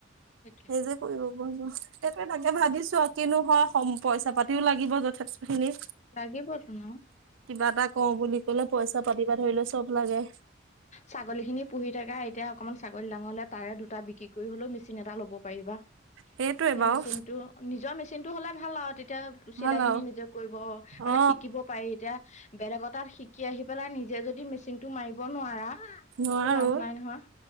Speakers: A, on the left; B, on the right.
A: সেইটোয়ে।
B: নিজে কৰিব পাৰব সেইটোয়ে তাকে ভাবিছো আৰু কিনো হয় পইচা পাতিও লাগিব যথেষ্ট। এনে।
A: লাগিব ধ'নো।
B: কিবা এটা কওঁ বুলি ক'লে পইচা পাতিবা ধৰিলেও চব লাগে।
A: ছাগলী খিনি পুহি থাকা এতিয়া অকমান ছাগলী ডাঙৰ হ'লে তাৰে দুটা বিক্ৰী কৰি হলেও মেচিন এটা ল'ব পাৰিবা।
B: সেইটোৱে
A: সেই
B: বাৰু
A: মেচিন টো নিজৰ মেচিন টো হলে ভাল আৰু তেতিয়া। চিলাই
B: ভাল আৰু
A: খিনি নিজে কৰিব মানে
B: অ
A: শিকিব পাৰি এতিয়া বেলেগত। তাত শিকি আহি পেলাই নিজে যদি মেচিনটো মাৰিব নোৱাৰা
B: নোৱাৰো
A: একো লাভ নাই নহয়।